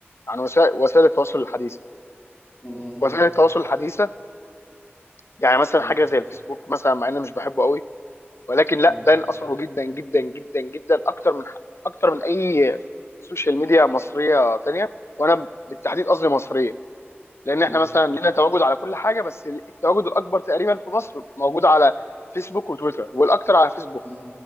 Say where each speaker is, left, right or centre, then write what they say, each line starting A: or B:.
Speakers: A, on the left; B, on the left.
A: عن وسائل وسائل التواصل الحديثه
B: مم.
A: وسائل التواصل الحديثه يعني مثلا
B: مم.
A: حاجه زي الفيسبوك مثلا مع اني مش بحبه قوي ولكن لا
B: مم.
A: بان اثره جدا جدا جدا جدا اكتر من اكتر من اي سوشيال ميديا مصريه تانية وانا بالتحديد قصدي مصريه لان احنا
B: مم.
A: مثلا لنا تواجد على كل حاجه بس التواجد الاكبر تقريبا في مصر موجود على فيسبوك وتويتر والاكتر على فيسبوك
B: مم.